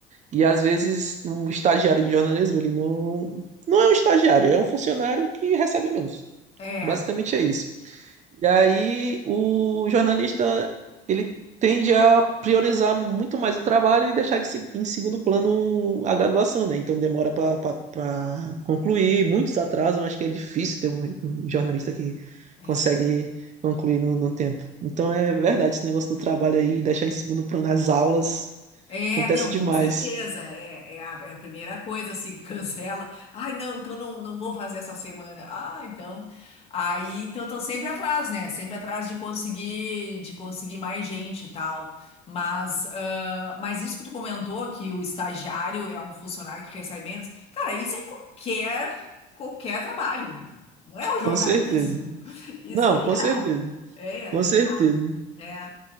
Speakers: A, on the right; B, on the left.
A: E às vezes o estagiário de jornalismo, ele não, não é um estagiário, é um funcionário que recebe menos.
B: é,
A: Basicamente é isso. E aí o jornalista, ele tende a priorizar muito mais o trabalho e deixar de se- em segundo plano a graduação, né? Então demora para concluir, muitos atrasam, acho que é difícil ter um, um jornalista que
B: é.
A: consegue concluir no, no tempo. Então é verdade, esse negócio do trabalho aí, deixar em segundo plano as aulas,
B: É,
A: acontece
B: não, com
A: demais.
B: certeza. É, é, a, é a primeira coisa, assim, que <laughs> cancela. Ai, não, então não, não vou fazer essa semana. Ah, então. Aí, então, eu tô sempre atrás, né? Sempre atrás de conseguir, de conseguir mais gente e tal. Mas, ah, mas isso que tu comentou, que o estagiário é um funcionário que recebe menos. Cara, isso é em qualquer, qualquer trabalho, né? Não é o jornalismo.
A: Com certeza.
B: Isso
A: Não,
B: é geral.
A: com certeza.
B: É, é
A: Com
B: geral.
A: certeza.
B: É.